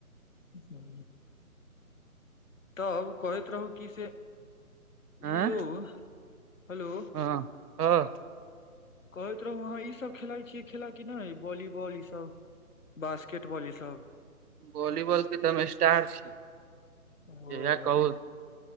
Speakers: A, on the left; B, on the right.
A: हू। तब कहैत रहू की से ई
B: आँ
A: यौ हेलो।
B: हँ कहां
A: कहैत रहू अहाँ ईसभ खेलाइ छियै खेला कि नहि वॉलीबॉल ईसभ। बास्केट बॉल ईसभ।
B: वॉलीबॉलके तऽ हम स्टार छीियै
A: ओ
B: जहिा कहू